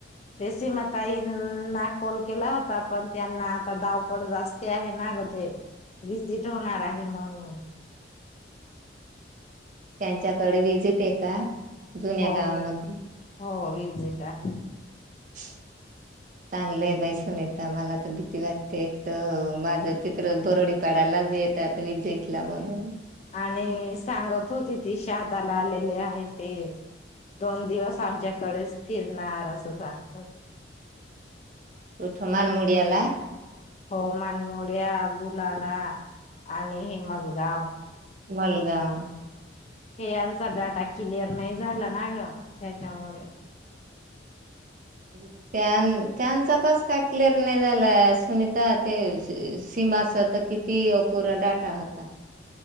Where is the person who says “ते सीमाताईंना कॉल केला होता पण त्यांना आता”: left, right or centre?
Left